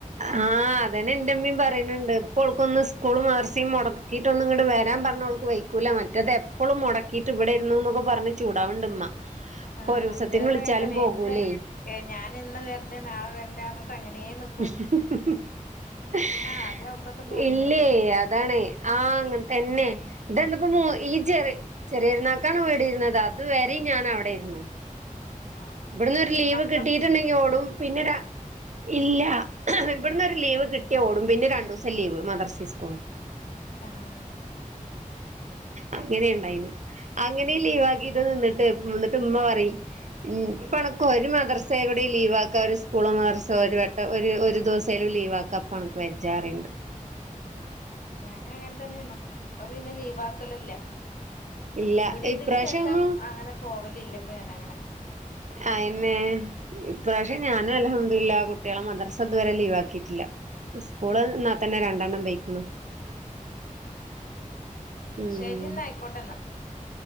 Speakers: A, on the right (about 60°); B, on the left (about 80°).
A: ആഹ് അതന്നെ ഇന്റെ മ്മീം പറയനിണ്ട് ഇപ്പോൾക്കൊന്ന് സ് സ്കൂളും മദെർസിം മൊടക്കിയിട്ടൊന്നും ഇങ്ങെട്ട് വെരാൻ പർണാ ഓൾക്ക് വെയ്ക്കൂലാ മറ്റെത് എപ്പളും മൊട ക്കിട്ട് ഇവെടെയ്രുന്നു ഇന്നൊക്കെ പർണ് ചൂടാവ് ഇണ്ട് ഇമ്മ ഇപ്പോ
B: ആഹ്
A: ഒരുസെത്തിന്
B: ഇന്നതും
A: വിൾച്ചാലും
B: അങ്ങനെ തന്നെ
A: പോകൂലെയ്
B: ഇന്ന് ഏഹ് ഞാൻ ഇന്ന് വെര്ണ്ട് നാളെ വെര്ണ്ട് പർൺട്ട് അങ്ങനെ നിക്ക്
A: <inaudible>
B: ആദ്യം അവിടന്നിട്ട് പോന്നീന്നതും
A: ഇല്ലേയ്
B: ഇല്ല
A: അതാണേ ആഹ് അങ്ങനെ തന്നെ ഇതെന്താപ്പോ മൂ ഈ ചെറി ചെറെര്ന്നാക്കാണ് വീട് ഇര്ന്നെത്. അത് വെരിം ഞാൻ അയുടെയ്രുന്നു.
B: ആഹ്
A: ഇബെട്ന്ന് ഒര്
B: അപ്പൊ
A: ലീവ്
B: മക്കളെ
A: കിട്ടിട്ട് ഇണ്ടെങ്കി ഓടും പിന്നെ ര ഇല്ല ഇബെട്ന്ന് ഒര് ലീവ് കിട്ടിയാ ഓടും പിന്നെ രണ്ടുസം ലീവ് മദെർസി സ്കൂളും <inaudible>
B: ആഹ്
A: അങ്ങനെ ഇണ്ടായിനെ അങ്ങനീം
B: ഉം
A: ലീവാക്കിട്ട് നിന്ന്ട്ട് ഉം ഇന്നെട്ട് ഇമ്മ പറിം ഉം ഇപ്പ അണെക്ക് ഒര് മദെർസെ കൂടി ലീവാക്കാ ഒര് സ്കൂളോ മദെർസോ ഒര് വട്ടം ഒര് ഒരു ദുവ്സേലും ലീവ് ആക്കാ ഇപ്പ അണെക്ക് വെജ്ജാ പറി ഇണ്ട്
B: <inaudible> ഞാനും അങ്ങെൻ തെന്നെയ്ന്നു ഇപ്പ പിന്നെ ലീവാക്കെൽ ഇല്ല
A: ഇല്ല
B: വീട് ഇര്ന്നീന്
A: ഇപ്രാവശ്യം
B: ശേഷം
A: ഒന്നും
B: അങ്ങനെ പോവെൽ ഇല്ല ഇപ്പം ഞാൻ അങ്ങനെ
A: അയെന്നെ ഇപ്രാവ്ശ്യം ഞാനും അൽഹംദുലില്ലാഹ് കുട്ടിയാളെ മദെർസ ഇതുവെരെ ലീവാക്കീട്ട് ഇല്ല ഇസ്കൂള്
B: ആഹ്
A: ഇന്നാ തെന്നെ രണ്ടെണ്ണം പെയ്‌ക്കുണു ഉം
B: ശരിന്നാ ആയിക്കോട്ടെന്നാ